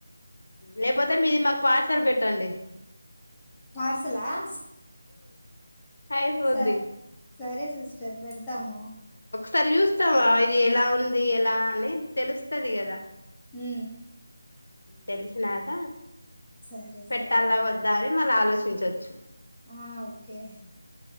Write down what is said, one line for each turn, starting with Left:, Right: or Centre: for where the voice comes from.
Left: లేకపోతే మీది మాకు పార్సల్ పెట్టండి
Centre: పార్సలా ఆ
Left: అయిపోద్ది
Centre: స సరే సిస్టర్ పెడతాము
Left: సరి చూస్తావా ఇది ఎలా ఉంది ఎలా అని తెలుస్తది కదా
Centre: ఈ
Left: తెలిసినాక
Centre: సరే
Left: పెట్టాల
Centre: సరే అయితే
Left: వద్దా అని మళ్ళ ఆలోచించచ్చు
Centre: ఆ ఓకే